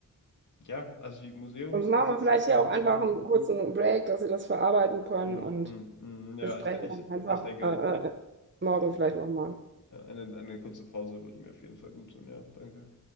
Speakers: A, on the left; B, on the right.
A: Ja, also die Museumsbesitzer
B: Sonst machen wir vielleicht
A: könnten
B: hier auch einfach
A: es sein.
B: einen kurzen Break, dass Sie das verarbeiten können
A: Mhm,
B: und
A: mhm. Ja,
B: besprechen
A: ich, de- ich,
B: dann
A: ich
B: einfach
A: denke,
B: äh, äh, morgen
A: ja,
B: vielleicht nochmal.
A: eine, eine kurze Pause würde mir auf jeden Fall gut tun. Ja, danke.